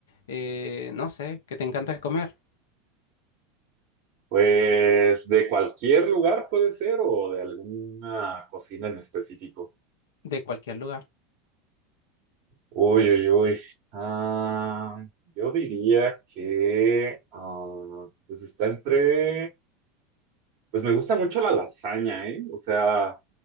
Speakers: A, on the left; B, on the right.
A: eh, no sé, que te encanta comer
B: Pues de cualquier lugar puede ser o de alguna cocina en específico.
A: de cualquier lugar.
B: Uy, uy, uy. Ah, yo diría que ah, pues está entre. Pues me gusta mucho la lasaña, ¿eh? O sea,